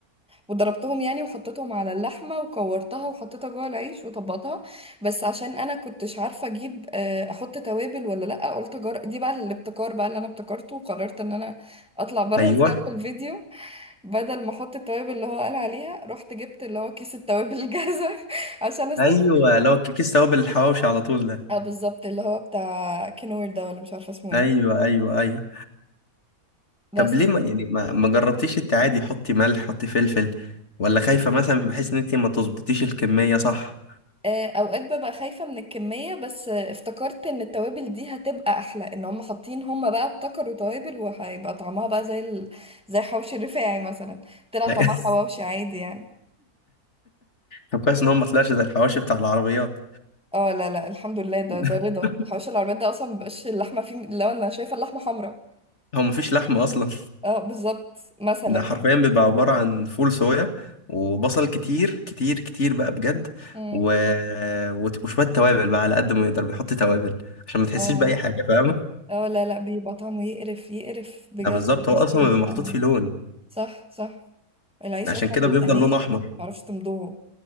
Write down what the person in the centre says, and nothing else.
وضربتهم يعني وحطيتهم على اللحمة وكورتها وحطيتها جوه العيش وطبقتها بس عشان انا كنتش عارفة اجيب آه، احط توابل ولا لا قلت جر... دي بقى الابتكار بقى اللي انا ابتكرته وقررت ان انا اطلع بره
السياق <laughs> الفيديو بدل ما احط التوابل اللي هو قال عليها رحت جبت اللي هو كيس التوابل الجاهزة <laughs> عشان استسهل
اه بالظبط اللي هو بتاع كنور ده ولا مش عارفة اسمه ايه
بس
آه، اوقات ببقى خايفة من الكمية بس آه، افتكرت ان التوابل دي هتبقى احلى ان هم حاطين هم بقى ابتكروا توابل وهيبقى طعمها بقى زي ال... زي حوش الرفاعي مثلا طلع
طعمها حواوشي عادي يعني
اه لا لا الحمد لله ده
ده رضا حوش العربيات ده اصلا مبقاش اللحمة فيه لو انا شايفة اللحمة حمراء
اه بالظبط مثلا
يعني
مم.
اه
اه لا لا بيبقى طعمه يقرف يقرف بجد
والعيش
بيبقى
صح صح العيش
اصلا
بيبقى
ناشف
متعرفش تمضغه